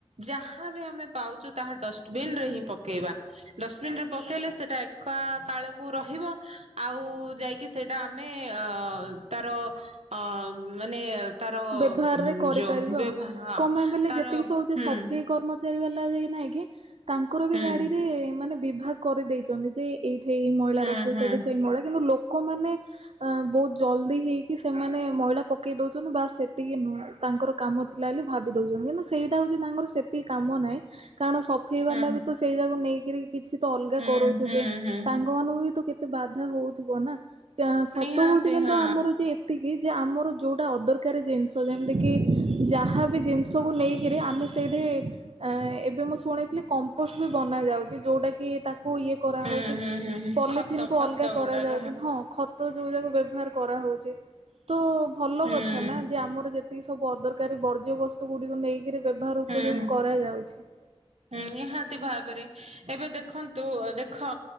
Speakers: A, on the right; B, on the right.
A: ଯାହାବି ଆମେ ପାଉଛୁ ତାହା ଡଷ୍ଟବିନ୍ ରେ ହିଁ ପକେଇବା। ଡଷ୍ଟବିନ୍ ରେ ପକେଇଲେ ସେଇଟା ପକା କାଳକୁ ରହିବ ଆଉ ଯାଇକି ସେଇଟା ଆମେ ଅ ତାର ଅ ମାନେ ତାର
B: ବ୍ୟବହାରରେ କରିପାରିବ
A: ଯୋଉ ବ୍ୟବହାର
B: ଆଉ।
A: ହଁ
B: କଣ ପାଇଁ ବୋଲେ
A: ତାର
B: ଯେତିକି ସବୁ ଯେ
A: ହୁଁ
B: ସଫେଇ କର୍ମଚାରୀ ବାଲା ଯାଇ ନାଇଁ କି ତାଙ୍କର ବି
A: ହୁଁ
B: ଗାଡ଼ିରେ ମାନେ ବିଭାଗ କରିଦେଇଛନ୍ତି ଯେ ଏଇଠି ଏଇ ମଇଳା
A: ହୁଁ
B: ରଖିବ
A: ହୁଁ
B: ସେଇଠି ସେଇ ମଇଳା କିନ୍ତୁ ଲୋକ ଲୋକମାନେ ଆଁ ବହୁତ ଜଲଦି ହେଇକି ସେମାନେ ମଇଳା ପକେଇ ଦଉଛନ୍ତି ବାଶ୍ ସେତିକି ନୁହଁ ତାଙ୍କର କାମ ଥିଲା ବୋଲି ଭାବି ଦଉଛନ୍ତି। କିନ୍ତୁ ସେଇଟା ହଉଛି ତାଙ୍କର ସେତିକି କାମ ନାହିଁ କାରଣ ସଫେଇ ବାଲା
A: ହୁଁ
B: ବି ତ ସେଇ ଯାକୁ ନେଇକରି କିଛି ତ ଅଲଗା
A: ହୁଁ
B: କରଉଥିବେ
A: ହୁଁ ହୁଁ
B: ତାଙ୍କ ମାନଙ୍କୁ ବି ତ କେତେ ବାଧା ହଉଥିବ ନା? ଯେ ସତ
A: ନିହାତି
B: ହଉଛି କିନ୍ତୁ
A: ହଁ
B: ଆମର ଯେ ଏତିକି ଯେ ଆମର ଯୋଉଟା ଅଦର ଦ ଜିନିଷ ଯେମିତି କିି ଯାହା ବି ଜିନିଷକୁ ନେଇକିରି ଆମେ ସେଇଠି ଆଁ ଆଁ ଏବେ ମୁଁ ଶୁଣିଥିଲି କମ୍ପୋଷ୍ଟ ବି ବନା ଯାଉଛି ଯୋଉଟା କି ତାକୁ ଇଏ କରାହଉଛି।
A: ହୁଁ ହୁଁ ହୁଁ ହୁଁ
B: ପଲିଥିନ
A: ଖତ
B: କୁ
A: ଖତ
B: ଅଲଗା କରାଯାଉଛି।
A: ଗୁଡାକ
B: ହଁ ଖ ତ ତ ଯୋଉ ଯାକ ବ୍ୟବହାର କରାହେଉଛି ତ ଭଲ
A: ହୁଁ
B: କଥା ନା ଯେ ଆମର ଯେତିକି ସବୁ ଅଦରକାରୀ ବର୍ଜ୍ୟ ବସ୍ତୁ ଗୁଡିକୁ ନେଇକିରି ବ୍ୟବହାର ଉପଯୋଗୀ
A: ହୁଁ
B: କରାଯାଉଛି।
A: ହୁଁ ନିହାତି ଭାବରେ ଏବେ ଦେଖନ୍ତୁ। ଓ ଦେଖ